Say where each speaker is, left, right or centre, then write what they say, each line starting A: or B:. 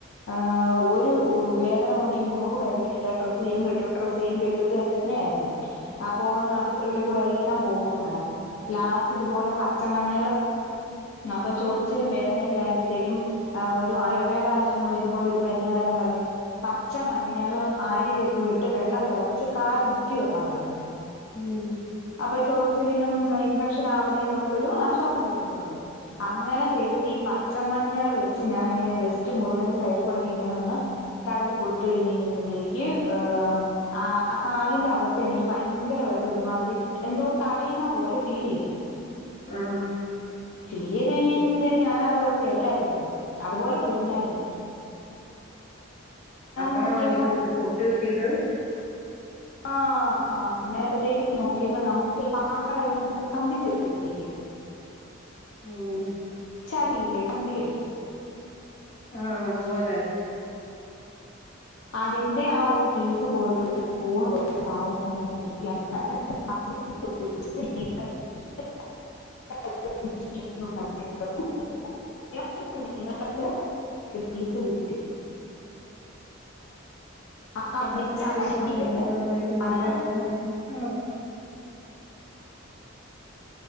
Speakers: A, on the left (about 70°); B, on the left (about 35°).
A: ആഹ് ഒരു വേ വേദന കൊണ്ട് ഈ മുറുവ് കരിഞ്ഞിട്ടില്ല ഡ്രസ്സ് യ്യും കെട്ടും ഡ്രസ്സ് യ്യും കെ ഇത് തന്നെ ആയിരുന്നു അപ്പൊ നഷ് <unintelligible> കൂടെ എല്ലാം പോകുന്നുണ്ടായിരുന്നു ലാസ്റ്റ് ഇതുപോലെ പച്ചമഞ്ഞള് അപ്പം ചൊർച്ച്ലും വേദനയൊക്കെ ആയപത്തേക്കും ആഹ് ഒ ഒരു ആയുർവേദ ആശം ഇതുപോലെ ഒരു മെര്ന്ന് കാരൻ പറഞ്ഞു. പച്ച മഞ്ഞളും ആരിവേപ്പും ഇട്ട് വെള്ളം തെളപ്പിച്ച് കാല് മുക്കി വെക്കാൻ പറഞ്ഞു.
B: ഉം
A: അപ്പൊ ചോർച്ചിലിനും ഇൻഫെക്ഷൻ ആകുന്നതിനും ഒക്കെ ഒരു ആശ്വാസം വരുവെന്നു പറഞ്ഞു അങ്ങനെ ചെയ്തിട്ട് ഈ പച്ചമഞ്ഞള് വെച്ച് ഞാനിങ്ങനെ ജസ്റ്റ് മുറിവിന്റെ സൈഡിൽ കൂടെ ഒക്കെ ഇങ്ങനെ ഒന്ന് തടവി കൊടുത്ത് കഴിഞ്ഞ് കഴിഞ്ഞപത്തേക്ക് ഏഹ ആഹ് കാലിന്റെ അകത്ത് എനിക്ക് ഭയങ്കരമായിട്ട് ഒരുമാതിരി എന്തോ തടയുന്ന പോലെ ഫീൽ ചെയ്തു
B: ആഹ്
A: ഫീൽ ചെയ്ത്കഴിഞ്ഞ് കഴിഞ്ഞപ്പത്തേനും ഞാന ആദ്യം ഓർത്ത് എല്ലായിരിക്കു എന്നാ. അതുപോലെ കുഴിഞ്ഞയിരുന്നു
B: അപ്പളാണോ
A: നോക്കിയപ്പം
B: ഇത് കിട്ട് പൊട്ട് കിട്ടിയത്
A: ആഹ് അന്നേരപ്പത്തേക്ക് നോക്കിയപ്പോ നമ്മ കാല് മുഴുവനും സ്‌തംപ്പിച്ചു പോയി ഇല്ലേ
B: ഉം
A: ചതില്ലേ അമ്പ് ഇല്ലേ
B: ആഹ് അതുപോലെ
A: അതിന്റെ ആ ഒരു പീസ് പോലത്തെ ഒരു കോണ് പോലത്തെ സാധന <unintelligible> <inaudible> <inaudible> ല് ഒരു പീസ് കിട്ടി ആ അടിച്ച
B: അത് അത്രയും ദിവസം
A: അടീല്
B: അവിടെ നിന്നതാ അതിന്റെ ഉള്ളില്
A: അന്ന്
B: അങ്ങനെ
A: <inaudible>
B: ആഹ്